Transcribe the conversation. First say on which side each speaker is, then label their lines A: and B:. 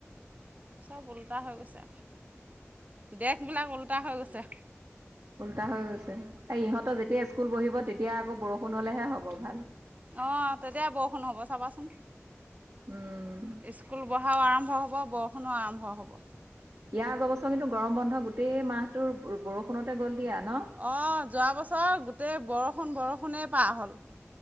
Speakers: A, on the right; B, on the right.
A: চব ওল্টা হৈ গৈছে দেশবিলাক ওল্টা হৈ গৈছে।
B: ফলটা হৈ গৈছে ইহঁতৰ যেতিয়া স্কুল বহিব তেতিয়া আকৌ বৰষুণ হলেহে হ'ব ভাল।
A: আহ তেতিয়া বৰষুণ হ'ব চাবাচোন।
B: উম
A: স্কুল বঢ়াও আৰম্ভ হ'ব। বৰষুণো আৰম্ভ হ'ব
B: ইয়াৰ আগৰ বছৰ কিন্তু গৰম বন্ধ গোটেই মাহটোৰ বৰষুণতে গ'ল। দিয়া ন?
A: অ', যোৱা বছৰ গোটেই বৰষুণ বৰষুণেই পাৰ হ'ল।